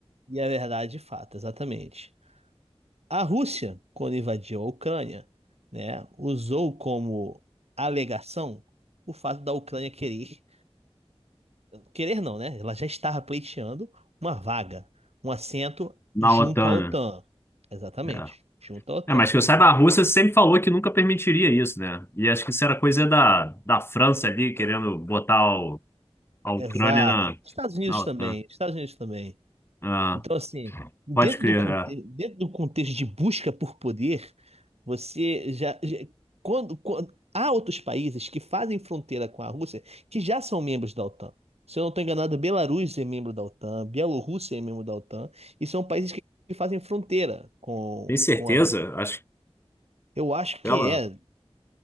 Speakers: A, on the right (about 75°); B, on the left (about 20°).
A: e a verdade de fato, exatamente. A Rússia, quando invadiu a Ucrânia, né, usou como alegação o fato da Ucrânia querer, querer não, né? Ela já estava pleiteando uma vaga, um assento
B: Na
A: junto
B: OTAN,
A: à OTAN. Exatamente,
B: né?
A: junto à OTAN.
B: É. É, mas que eu saiba, a Rússia sempre falou que nunca permitiria isso, né? E acho que isso era coisa da, da França ali, querendo botar o- a Ucrânia
A: Exato.
B: na,
A: Estados Unidos
B: na OTAN.
A: também, Estados Unidos também.
B: Ah,
A: Então, assim, dentro
B: pode crer,
A: do, conte-
B: é.
A: dentro do contexto de busca por poder, você já, já- quando, quando- há outros países que fazem fronteira com a Rússia que já são membros da OTAN. Se eu não estou enganado, Belarus é membro da OTAN, Bielorrússia é membro da OTAN, e são países que, que fazem fronteira com,
B: Tem certeza?
A: com a Rússia.
B: Acho
A: Eu acho
B: que
A: que
B: ela.
A: é,